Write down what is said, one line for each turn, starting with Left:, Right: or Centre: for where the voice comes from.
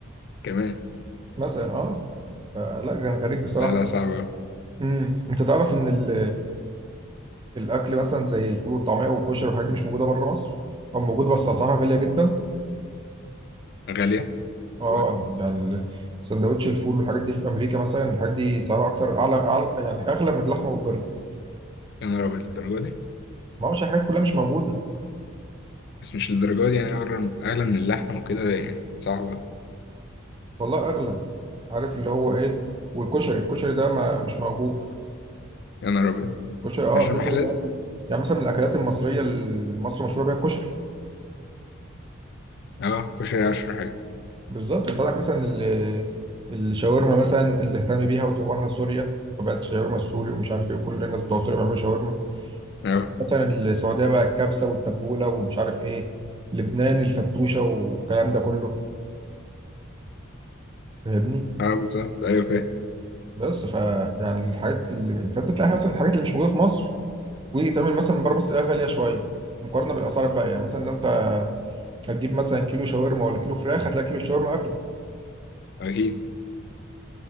Left: كمان
Right: مثلا اه فلا كان غريب بصراحه
Left: لا لا صعب أوي
Right: امم انت تعرف ان ال- الاكل مثلا زي الفول والطعميه والكشري والحاجات دي مش موجوده بره مصر او موجوده بس اسعارها غاليه جدا
Left: غالية
Right: اه
Left: والله
Right: يعني ال- سندوتش الفول والحاجات دي في امريكا مثلا الحاجات دي سعرها اكتر اعلى, أعلى يعني اغلى من اللحمه والبرجر
Left: يا نهار أبيض الدرجة دي
Right: ما هوش الحاجات كلها مش موجوده
Left: بس مش الدرجة دي يعني أغلى أغلى من اللحمة وكده يعني صعب أوي
Right: والله اغلى عارف اللي هو ايه والكشري الكشري ده ما مش موجود
Left: يا نهار أبيض
Right: كشري اه
Left: عشان
Right: كشري
Left: المحلات
Right: ده اكل يعني مثلا من الاكلات المصريه اللي مصر مشهوره بيها الكشري
Left: أه كشري عشرة حاجة
Right: بالظبط انت عندك مثلا ال- الشاورما مثلا اللي اهتم بيها وطورها سوريا فبقت شاورما السوري ومش عارف ايه وكل الناس بتوع سوريا بيعملوا شاورما
Left: أه
Right: عندك مثلا السعوديه بقى الكبسه والتبوله ومش عارف ايه لبنان الفتوشه والكلام ده كله فاهمني
Left: أه بالظبط أيوه فاهم
Right: بس ف يعني الحاجات اللي فانت تلاقي مثلا الحاجات اللي مش موجوده في مصر وتعمل مثلا من بره مصر تلاقيها غاليه شويه مقارنه بالاسعار الباقيه يعني مثلا لو انت هتجيب مثلا كيلو شاورما ولا كيلو فراخ هتلاقي كيلو الشاورما اغلى
Left: أكيد